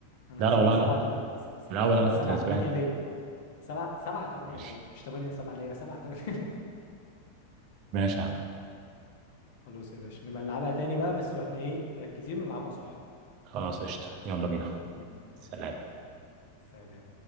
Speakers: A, on the left; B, on the right.
A: انا
B: ده
A: حاسبها
B: لو لا
A: سبعة
B: انا انا
A: تم...
B: في الاول انا
A: سبعة
B: كنت كسبان
A: تمانية ليا سبعة سبعة تمانية
B: ماشي
A: ليا مش تمانية سبعة ليا سبعة تمانية ليا
B: ماشي يا عم
A: <laughs> خلاص يا باشا نبقى نلعبها تاني بقى بس واحنا ايه مركزين ونلعبها صح
B: خلاص قشطة يلا بينا
A: بإذن الله
B: سلام
A: سلام